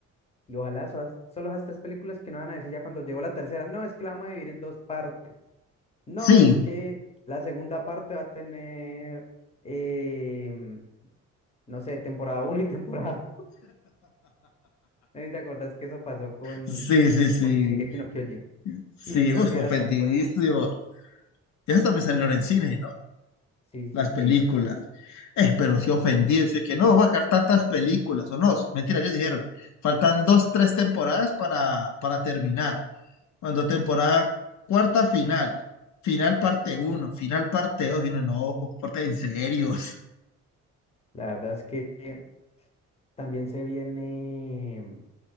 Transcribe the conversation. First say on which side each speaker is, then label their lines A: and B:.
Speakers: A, on the left; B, on the left.
A: Y ojalá soas- solo esas tres películas que no van a decir ya cuando llegó la tercera, no, es que la vamos a dividir en dos partes. No,
B: Sí,
A: es que la segunda parte va a tener, em, no sé, temporada uno y temporada. <laughs> ¿No te acordás que eso pasó con,
B: sí, sí,
A: Ki-
B: sí,
A: con Shingeki no Kyojin?
B: sí,
A: Y me dio una
B: uf,
A: piedra
B: ofendidísimo.
A: también con eso.
B: Ya hasta me salieron en cine, ¿no?
A: Sí, sí,
B: Las
A: sí.
B: películas. Eh, pero sí ofendido, dice que no, va a sacar tantas películas, o no, mentira, ellos dijeron, faltan dos, tres temporadas para, para terminar. Cuando temporada cuarta final, final parte uno, final parte dos, y uno, no, comparte en serio. <laughs>
A: La verdad es que eh, también se viene.